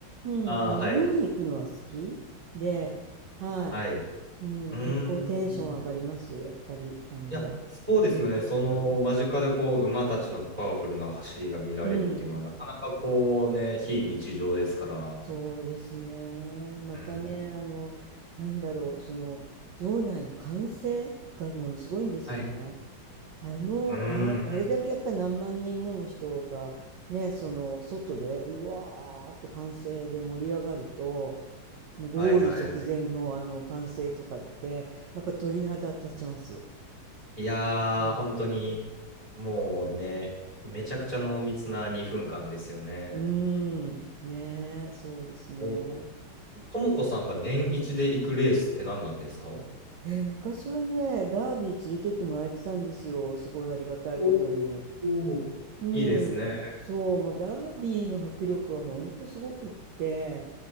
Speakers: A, on the right; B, on the right.
A: うん、
B: ああ、
A: あの、
B: はい。
A: 見に行くのは好きで、はい、
B: はい。う
A: うん、
B: ーん。
A: 結構テンション上がります、やっぱり、あの、
B: いや、そうですよね。
A: うん、
B: その間近でこう馬たちのパワフルな走りが見られるっていうのは、
A: うん、
B: なかなかこうね、非日常ですから。
A: そうですね。またね、
B: うん。
A: あの、なんだろう、その、場内の歓声がものすごいんですよね。
B: はい。
A: あの、
B: うん。
A: あ、あれだけやっぱり何万人もの人がね、その外でうわーって歓声で盛り上がると、ゴール直前のあの歓声とかって、
B: はいはいはい。
A: やっぱ鳥肌立ちます。
B: いやー、
A: うん、
B: 本当に、もうね、めちゃくちゃ濃密な2分間ですよね。
A: うーんねえ、そうですね。
B: お、ともこさんが年一で行くレースって何なんですかお
A: えー昔はね、ダービー連れてってもらえてたんですよ。すごいありがたいことに。
B: おー。
A: うん、
B: いいですね。
A: そう、もうダービーの迫力はほんとすごくって、